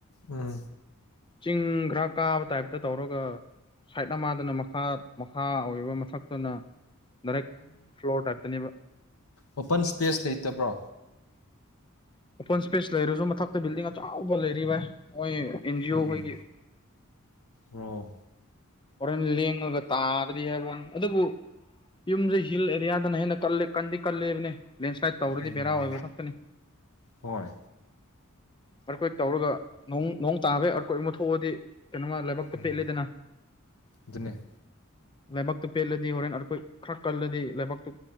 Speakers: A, on the left; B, on the left.
A: ꯎꯝ
B: ꯆꯤꯡ ꯈꯥꯔ ꯀꯥꯕ ꯇꯥꯏꯞꯇ ꯇꯧꯔꯒ ꯁꯥꯏꯠ ꯑꯃꯗꯅ ꯃꯈꯥ ꯃꯈꯥ ꯑꯣꯏꯕ ꯃꯊꯛꯇꯅ ꯗꯥꯏꯔꯦꯛ ꯐ꯭ꯂꯣꯔ ꯇꯥꯏꯞꯇꯅꯦꯕ
A: ꯑꯣꯄꯟ ꯏꯁꯄꯦꯁ ꯂꯩꯇꯕ꯭ꯔꯣ
B: ꯑꯣꯄꯟ ꯁ꯭ꯄꯦꯁ ꯂꯩꯔꯁꯨ ꯃꯊꯛꯇ ꯕꯤꯜꯗꯤꯡ ꯑꯆꯧꯕ ꯂꯩꯔꯤꯕꯥꯏ ꯃꯣꯏ ꯑꯦꯟꯖꯤꯑꯣ
A: ꯎꯝ
B: ꯈꯣꯏꯒꯤ <inaudible>
A: ꯑꯣ
B: ꯍꯣꯔꯦꯟ ꯂꯦꯡꯂꯒ ꯇꯥꯗ꯭ꯔꯤꯕ ꯑꯗꯨꯕꯨ ꯌꯨꯝꯁ ꯍꯤꯜ ꯑꯦꯔꯤꯌꯥꯗꯅ ꯍꯦꯟꯅ ꯀꯟꯗꯤ ꯀꯜꯂꯦꯕꯅꯦ ꯂꯦꯟꯁ꯭ꯂꯥꯏꯠ ꯇꯧꯔꯗꯤ
A: ꯎꯝ
B: ꯕꯦꯔꯥ ꯑꯣꯏꯕ ꯈꯛꯇꯅꯤ
A: ꯍꯣꯏ
B: ꯑꯥꯔꯊꯀ꯭ꯋꯦꯛ ꯇꯧꯔꯒ ꯅꯣꯡ ꯅꯣꯡ ꯇꯥꯕꯩ ꯑꯥꯔꯊꯀ꯭ꯋꯦꯛ ꯑꯃ ꯊꯣꯛꯑꯗꯤ ꯀꯩꯅꯣꯃ ꯂꯥꯏꯕꯛꯇꯣ
A: ꯎꯝ
B: ꯄꯦꯠꯂꯤꯗꯅ
A: ꯑꯗꯨꯅꯦ
B: ꯂꯩꯕꯛꯇꯨ ꯄꯦꯠꯂꯗꯤ ꯍꯣꯔꯦꯟ ꯑꯥꯔꯀ꯭ꯋꯦꯛ ꯈꯥꯔ ꯀꯜꯂꯗꯤ ꯂꯩꯕꯛꯇꯨ